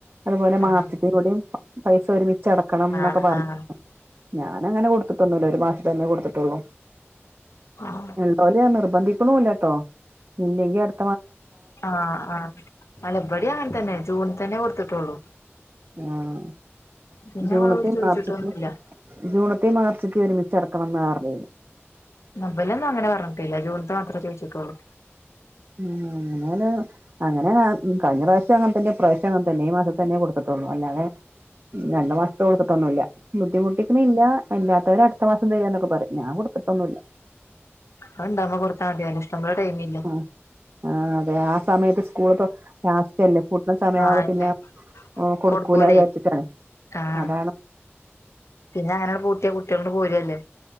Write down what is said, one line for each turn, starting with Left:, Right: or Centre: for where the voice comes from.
Right: അത് പോലെ
Left: ആഹ്
Right: മാസത്തിലൂടിം പൈസ ഒരുമിച്ച് അടക്കണം ഇന്നൊക്കെ
Left: ആഹ്
Right: പറഞ്ഞ്
Left: ആഹ്
Right: ഞാനങ്ങനെ കൊടുത്തിട്ടൊന്നുല്ല. ഒരു മാസ തന്നെ കൊടുത്ത്ട്ടൊള്ളൂ
Left: ആഹ്
Right: ഇള്ളോല് നിർബന്ധിക്ക്ണൂല്ലട്ടോ ഇല്ലെങ്കി അടു
Left: ആഹ് ആഹ് അല്ല ബടീം അങ്ങൻ തന്നെ ജൂൺതന്നെ കൊട്ത്ത്ട്ടൊള്ളൂ
Right: ആഹ്
Left: പിന്നെ
Right: ജൂണിത്തിം
Left: ചോദിച്ചിട്ടൊന്നുല്ല
Right: മാർച്ചിത്തിം ജൂണിത്തിമാർച്ചിത്തി ഒരുമിച്ച് അടക്കണംന്ന് പറഞ്ഞ്
Left: ന്നബെലൊന്നും അങ്ങനെ പറഞ്ഞിട്ടില്ല ജൂണിത്തെ മാത്രേ ചോയ്ച്ട്ടൊള്ളൂ
Right: ഉം അങ്ങനാല് അങ്ങനാണ്. ഉം കഴിഞ്ഞ പ്രാവശ്യം അങ്ങൻതന്നെ ഇപ്രാവശ്യം അങ്ങൻത്തന്നെ ഈ മാസത്തെന്നെ കൊടുത്ത് ട്ടൊള്ളൂ അല്ലാതെ രണ്ടു മാസത്തെ കൊടുത്ത്ട്ടൊന്നുല്ല ബുദ്ധിമുട്ടിക്കിണില്ല. ഇല്ലാത്തോര് അടുത്ത മാസം തരാന്നൊക്കെ പറിം ഞാൻ കൊടുത്തിട്ടൊന്നുല്ല.
Left: അത് ഇണ്ടാവുമ്പോ കൊടുത്താ മതി ഇഷ്‌ടംപോലെ ടൈമില്ലെ
Right: ആ ആഹ് അതെ ആ സമയത്ത് സ്കൂള് ഇപ്പം ലാസ്റ്റ്ല്ലേ പു ആസമയാവുമ്പ
Left: ആഹ് അതെന്നെ
Right: പിന്നെ ഓൻ കൊടുക്കൂല
Left: കൊടുക്കൂലേ
Right: വിചാരിച്ചിട്ടാണ്
Left: ആഹ്
Right: അതാണ്
Left: പിന്നെ അങ്ങനെണ്ട് പൂട്ട്യാ കു ട്ട്യാേണ്ട് പോരല്ലേ.